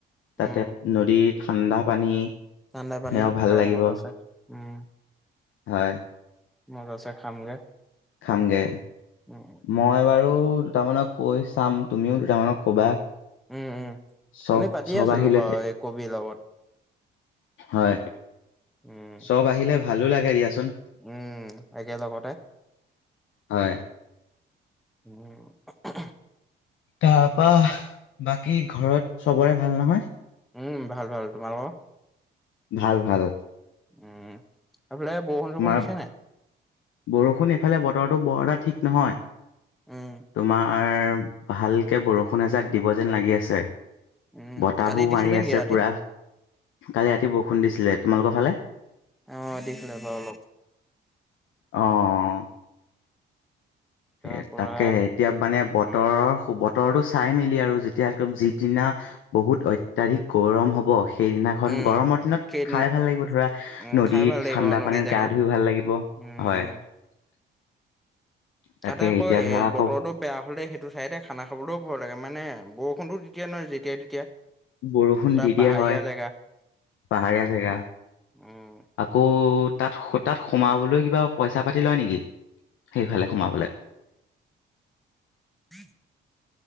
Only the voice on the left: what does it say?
তাতে
নদীত ঠাণ্ডা পানী
সেয়া ভাল
লাগিব
হয়।
খামগে।
মই বাৰু দুটামানক কৈ চাম, তুমিও দুটামানক কবা।
চব
চব
আহিলে
দি-
হয়,
চব আহিলে ভালো লাগে দিয়া চোন,
হয়।
তাৰপা বাকী ঘৰত চবৰে ভাল নহয়?
ভাল ভাল।
তোমাৰ
বৰষুণ এইফালে বতৰতো বৰ এটা ঠিক নহয়,
তোমাৰ ভালকে বৰষুণ এজাক দিব যেন লাগি আছে।
বতাহো
মাৰি
আছে
পুৰা, কালি ৰাতি বৰষুণ দিছিলে। তোমালোকৰ ফালে?
অ'।
এ
তাকেহে, এতিয়া মানে বতৰৰ
সু বতৰটো চাই- মেলি আৰু যে <unintelligible> যিদিনা বহুত অত্যাধিক গৰম হ'ব সে সেইদিনাখন
গৰমৰ দিনত
খাই ভাল লাগিব ধৰা,
নদীত
ঠাণ্ডা
পানীত
গা ধুই ভাল লাগিব।
<inaudible> তাকে
এতিয়া ধৰা
আকৌ
বৰষুণ
দি দিয়া
হয়
পাহাৰীয়া জেগা।
আকৌ তাত তাত সোমাবলৈ কিবা পইচা পাতি লয় নেকি সেইফালে সোমাবলে।